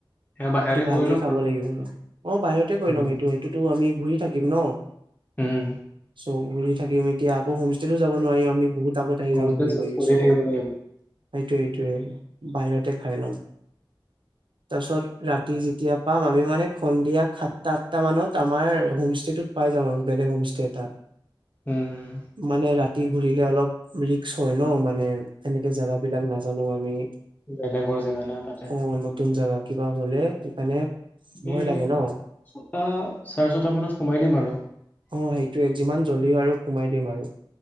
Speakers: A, on the left; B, on the right.
A: সেয়া বাহিৰতে
B: ভালকে
A: কৰি লম
B: চৌ খাব
A: আৰু
B: লাগিব ন অ বাহিৰতে কৰি
A: উম
B: লম সটো সেইতোটো আমি ঘূৰি থাকিম ন
A: উম,
B: চ' ঘূৰি থাকিম এতিয়া আকৌ হোষ্টে এইটো যাব নোৱাৰি আমি বহুত আগত আহি
A: হোমষ্টে
B: যাম ঘূৰি
A: চেঞ্জ
B: ঘূৰি
A: কৰিয়ে
B: চ' সেইটো
A: থাকিব লাগিব
B: সেইটোৱে বাহিৰতে খাই ল'ম তাৰপিছত ৰাতি যেতিয়া পাম আমি মানে সন্ধিয়া সাতটা আঠটা মানত আমাৰ হোমষ্টেটোত পাই যাম আৰু বেলেগ হোমষ্টে এটা
A: উম উম
B: মানে ৰাতি ঘূৰিলে অলপ ৰিক্স হয় ন মানে এনেকে জেগা বিলাক নাজানো আমি
A: বেলেগৰ জেগা না তাতে।
B: অ নতুন জেগা কিবা হলে মানে ভয়
A: উম
B: লাগে ন
A: ছটা চাৰে ছটা মানত সোমাই দিম আৰু
B: অ সেইটোয়ে যিমান জলিও আৰু সোমাই দিম আৰু